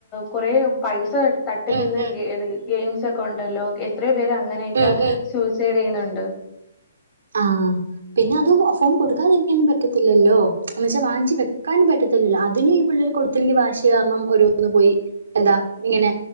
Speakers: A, on the left (about 20°); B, on the right (about 75°).
A: കൊറെ പൈസ തട്ടിക്കുന്ന
B: ഉം ഉം
A: ഗെയിംസ് ഒക്കെ ഉണ്ടല്ലോ എത്രയ പേര അങ്ങനെയൊക്കെ
B: ഉം ഉം.
A: സൂസൈഡ് ചെയ്യുന്നുണ്ട്
B: ആഹ് പിന്നെ അത് ഫോൺ കൊടുക്കാതിരിക്കാനും പറ്റത്തില്ലല്ലോ എന്നവെച്ചാൽ വാഞ്ചി വെക്കാനും പറ്റത്തില്ലല്ലോ അതിനും ഇപ്പോള്ളരു കൊടുത്തില്ലെങ്കിൽ വാശി കാരണം ഓരോന്ന് പോയി എന്താ ഇങ്ങനെ